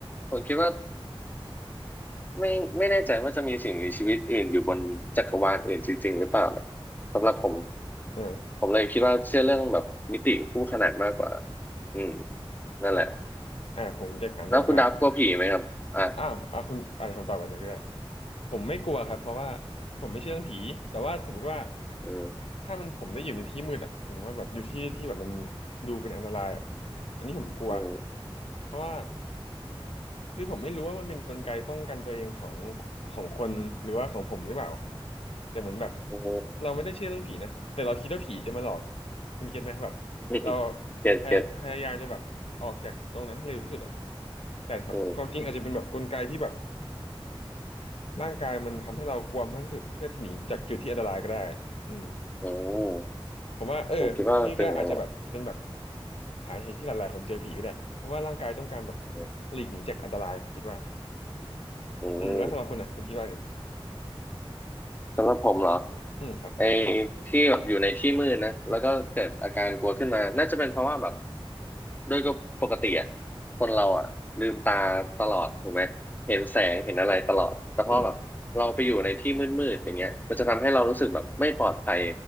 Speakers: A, on the left; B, on the left.
A: ผมคิดว่า ไม่ไม่แน่ใจว่าจะมีสิ่งมีชีวิตอื่นอยู่บนจักรวาลอื่นจริงๆหรือเปล่าเนี่ยสำหรับผม
B: อ่า
A: ผมเลยคิดว่าเชื่อเรื่องแบบมิติคู่ขนานมากกว่าอืมนั่นแหละ
B: อ่าผมจะถามหน่อยว่า
A: แล้วคุณดับกลัวผีไหมครับอ่ะ
B: อ้าวอ่าคุณอ่าคำตอบกันหนึ่งด้วยผมไม่กลัวครับเพราะว่าผมไม่เชื่อเรื่องผีแต่ว่าสมมติว่า
A: อืม
B: ถ้ามันผมได้อยู่ในที่มืดอะหรือว่าแบบอยู่ที่ที่แบบมันดูเป็นอันตรายอะอันนี้ผมกลัว
A: อืม
B: เพราะว่าคือผมไม่รู้ว่ามันเป็นกลไกป้องกันตัวเองของของคนหรือว่าของผมหรือเปล่าแต่เหมือนแบบ
A: อืม
B: เราไม่ได้เชื่อเรื่องผีนะแต่เราคิดว่าผีจะมาหลอกคุณเก็ตไหมแบบเรา
A: <laughs> เก็ตเก็ต
B: พยพยายามจะแบบออกจากตรงนั้นให้เร็วที่สุดอะ แต่แบบความจริงอาจจะเป็นแบบกลไกที่แบบ
A: อืม
B: ร่างกายมันทำให้เรากลัวมากที่สุดเพื่อที่หนีจากจุดที่อันตรายก็ได้อืม
A: อืม
B: ผมว่าเออนี่ก็อาจจะแบบเป็นแบบ
A: ผมคิดว่ามันเป็นอย่างนั้นแหละ
B: สาเหตุที่หลายๆคนเจอผีก็ได้เพราะว่าร่างกายต้องการแบบ
A: อืม
B: หลีกหนีจากอันตรายผมคิดว่า
A: อืม
B: อืมแล้วสำหรับคุณนะคุณคิดว่าไง
A: สำหรับผมเหรอ
B: อืมครับ
A: ไอ้ที่แบบอยู่ในที่มืดนะแล้วก็เกิดอาการกลัวขึ้นมาน่าจะเป็นเพราะว่าแบบ ด้วยก็ปกติอ่ะคนเราอ่ะลืมตาตลอดถูกไหมเห็นแสงเห็นอะไรตลอดแต่พอแบบเราไปอยู่ในที่มืดๆอย่างเงี้ยมันจะทำให้เรารู้สึกแบบไม่ปลอดภัย
B: อืม